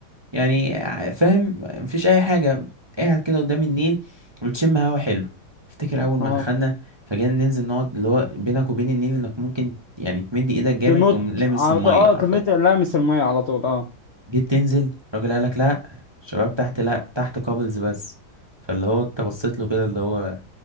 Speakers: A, on the right (about 20°); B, on the left (about 65°).
A: يعني ع- فاهم مفيش اي حاجة قاعد كده قدام النيل بتشم هوا حلو افتكر اول ما
B: اه
A: دخلنا فجينا ننزل نقعد اللي هو بينك وبين النيل انك ممكن يعني تمد ايدك جامد
B: تنط
A: تقوم لامس
B: على
A: المية
B: طول اه
A: حرفيا
B: تمت لامس المية على طول اه
A: جيت تنزل الراجل قالك لا الشباب تحت لا تحت كابلز بس فاللي هو انت بصيت له كده اللي هو